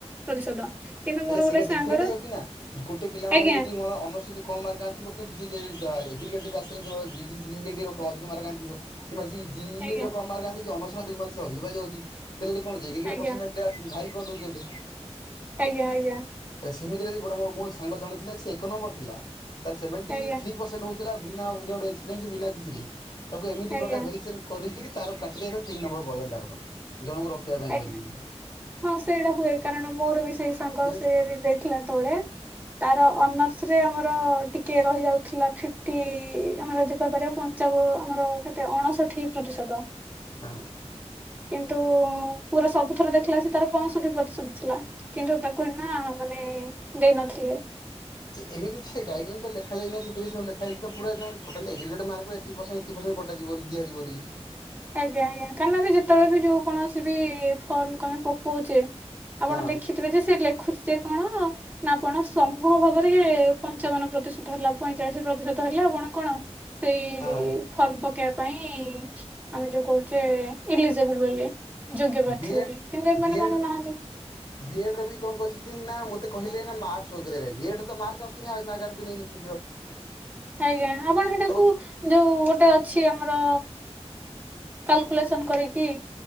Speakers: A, on the right; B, on the left.
A: ପ୍ରତିଶତ। କିନ୍ତୁ
B: ହେଲେ
A: ମୋର
B: ସେଇଟା
A: ଗୋଟେ
B: ଡିଫରେଣ୍ଟ
A: ସାଙ୍ଗର
B: ହେଇଯାଉଛି ନା, ଗୋଟେ ପିଲାମାନଙ୍କର
A: ଆଜ୍ଞା
B: ଯଦି ମୋର ଅନର୍ସ କମ ମାର୍କ ଆଣିଥିବ, କିନ୍ତୁ <unintelligible> ଆସିଥିଲା ଯୋଉ <unintelligible> ଅଧିକ ମାର୍କ ଆଣିଥିବ। କିମ୍ବା ଜି ଜି ଇ
A: ଆଜ୍ଞା
B: ରେ କମ ମାର୍କ ଆଣିଛି ଅନର୍ସରେ ଅଧିକ ମାର୍କ ଅଧିକ ପାଇଯାଉଛି ତାହାଲେ ଏଠି ଜେଗ୍ରିକେଟ
A: ଆଜ୍ଞା
B: ପସ ଟେଜ୍ ଟା ଭାରି କରିଦଉଛି ଏଠି।
A: ଆଜ୍ଞା ଆଜ୍ଞା।
B: ସେମିତିରେ ଗୋଟ ମୋର ମୋ ସାଙ୍ଗ ଜଣେ ଥିଲା, ସେ ଏକ ନମ୍ବର ଥିଲା ତାର ସେଭେଣ୍ଟି
A: ଆଜ୍ଞା
B: ଥ୍ରୀ ପରସେଣ୍ଟ ହଉ ଥିଲା ବିନା ୱିଦଆଉଟ୍ ଏକ୍ସପ୍ରିୟେନ୍ସ ବିନା କିଛିରେ ତାକୁ ଏମିତି
A: ଆଜ୍ଞା
B: ପ୍ରକାର <unintelligible> କରିକିରି ତାର କାଟି ଦେଲେ ତିନି ନମ୍ବର କରିଦେଲେ ତାଙ୍କର ଜଣଙ୍କୁ ରଖିବା ପାଇଁ
A: ଆଜ୍ଞା
B: ବଲିକି
A: ହଁ ସେଇଟା ହୁଏ କାରଣ ମୋର ବି ସେଇ ସାଙ୍ଗ,
B: ହେଲେ
A: ସେ ବି ଯାଇଥିଲା ତଳେ ତାର ଅନର୍ସରେ ଆମର ଟିକେ ରହି ଯାଉଥିଲା, ଫିଫଟି ଆମର <inaudible> ପଞ୍ଚାବ ଆମର କେତେ ଅଣଷଠି ପ୍ରତିଶତ।
B: ହଁ।
A: କିନ୍ତୁ ପୁରା ସବୁଥର ଦେଖିଲା ଅଶିକି, ସେ ତାର ପଞ୍ଚଷଠି ପ୍ରତିଶତ ଥିଲା। କିନ୍ତୁ ତାକୁ ଏ ନା ମାନେ ଦେଇ ନଥିଲେ।
B: ସେ ଏମିତି ସେ ଗାଇଡରେ ଲେଖାଯାଇ ନାଇଁ ସେଥିରେ, ସେଥିରେ ଲେଖାଯାଇଛି ପୁରା ଏ ଏଗ୍ରିଗେଡ ମାର୍କ ରୁ ଏତିକି ଏତିିକି ଏତିିକି ପରସେନ୍ଟ କଟା ଯିବ, ଦିଆଯିବନି କିଛି।
A: ଆଜ୍ଞା ଆଜ୍ଞା କାରଣ ନା ଆମେ ଯେତେବେଳେ ବି ଯୋଉ କୌଣସି ବି ଫର୍ମକୁ ଆମେ ପକଉଛେ ଆପଣ
B: ହଁ
A: ଦେଖିଥିବେ ଯେ ସେ ଲେଖୁଛି ଯେ କଣ ନା ଆପଣ ସମୂହ ଭାବରେ ପଞ୍ଚାବନ ପ୍ରତିଶତ ହେଲା, ପଇଁଚାଳିଶ ପ୍ରତିଶତ ହେଲା ଆପଣ କଣ? ସେଇ
B: ହଁ
A: ଫର୍ମ ପକେଇବା ପାଇଁ ଆମେ ଯୋଉ କହୁଛେ ଇଲିଜିବୁଲ୍ ବୋଲି ଯୋଗ୍ୟ ପ୍ରାର୍ଥୀ
B: ବି ଏଡ୍
A: ବୋଲି କିନ୍ତୁ ଏମାନେ
B: ବି ଏଡ୍
A: ମାନୁନାହାନ୍ତି।
B: ବି ଏଡ ର ବି କରିଛନ୍ତି ନା ମୋତେ କହିଲେ ନା ମାର୍କ ଶୋ କରିବା ବୋଲି ବି ଏଡ ତ ମାର୍କ ଆସୁନି ଆଉ ନାଗାର୍ଜୁନ ୟୁନିଭର୍ସିଟିର।
A: ଆଜ୍ଞା ଆପଣ ସେଟାକୁ
B: ତ
A: ଯୋଉ ଗୋଟେ ଅଛି ଆମର କାଲକୁଲେସନ୍ କରିକି